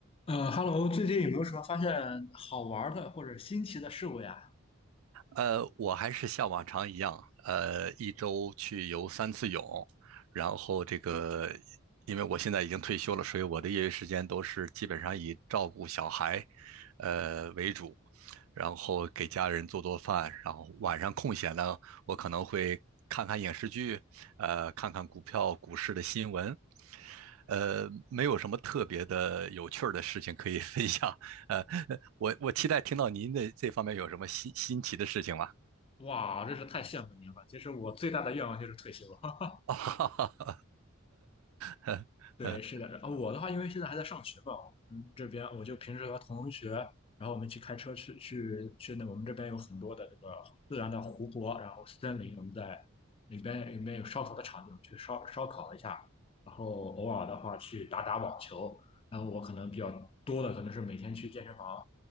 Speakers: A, on the left; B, on the right.
A: 呃，Hello，最近有没有什么发现好玩儿的或者新奇的事物呀？
B: 呃，我还是像往常一样，呃，一周去游三次泳，然后这个，因为我现在已经退休了，所以我的业余时间都是基本上以照顾小孩，呃为主，然后给家人做做饭，然后晚上空闲呢，我可能会看看影视剧，呃，看看股票、股市的新闻，呃，没有什么特别的有趣儿的事情可以 <laughs> 分享，呃，我我期待听到您的这方面有什么新新奇的事情吗？
A: 哇，真是太羡慕您了。其实我最大的愿望就是退休。<laughs>
B: <laughs> 啊哈哈哈，
A: 对，
B: 嗯，
A: 是的，然后我的话，因为现在还在上学嘛，嗯，这边我就平时和同学，然后我们去开车去去去那我们这边有很多的这个自然的湖泊，然后森林，我们在里边里面有烧烤的场景，我们去烧烧烤一下，然后偶尔的话去打打网球。然后我可能比较多的可能是每天去健身房。